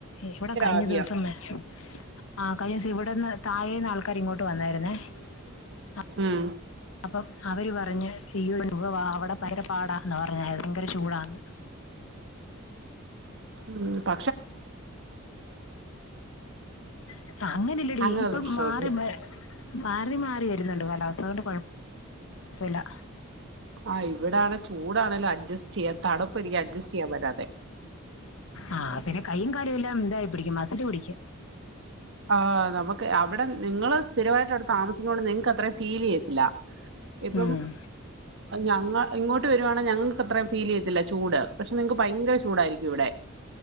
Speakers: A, on the left (about 70°); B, on the right (about 60°).
A: ഇവിടെ കഴിഞ്ഞ
B: ആവിയാ
A: ദിവസംമെച്ചു ആ കഴിഞ്ഞ ദിവസം ഇവിടെന്ന് താഴേന്ന് ആൾക്കാാര് ഇങ്ങോട്ട് വന്നായിന്നേ അപ്
B: ഉം
A: അപ്പൊ അവര് പറഞ്ഞ് ഈ ഒരു യുഗവാ അവിടെ പയങ്കരപ്പാടാന്നാ പറഞ്ഞ ഭയങ്കര ചൂടാന്ന്
B: ഉം പ
A: ഇപ്പം അങ്ങനില്ലടീ
B: അങ്ങനെ
A: ഇപ്പം
B: ഒരു പ്രശ്നമുണ്ട്
A: മാറി മേ മാറി മാറി വരുന്നുണ്ട് കാലാവസ്ഥ അതുകൊണ്ട് കുഴ പ്പല്ല <unintelligible>
B: ആഹ് ഇവിടാണെ ചൂടാണേലും അഡ്ജസ്റ്റ് ചെയ്യാൻ തണുപ്പ് എനിക്ക് അഡ്ജസ്റ്റ് ചെയ്യാൻ പറ്റാത്തെ
A: ആ പിന്നെ <unintelligible> ര് എല്ലാം ഇതായി പിടിക്കും മസ്ല് പിടിക്കും
B: ആ് നമുക്ക് അവിടെ നിങ്ങള് സ്ഥിരമായിട്ട് അവിടെ താമസിക്കോണ്ട് നിങ്ങക്ക് അത്രയും ഫീൽ ചെയ്യത്തില്ല ഇപ്പം
A: ഉം
B: ഞങ്ങ ഇങ്ങോട്ട് വരുവാണെ ഞങ്ങൾക്ക് അത്രയും ഫീൽ ചെയ്യത്തില്ല ചൂട് പക്ഷെ നിങ്ങക്ക് ഭയങ്കര ചൂടായിരിക്കും ഇവിടെ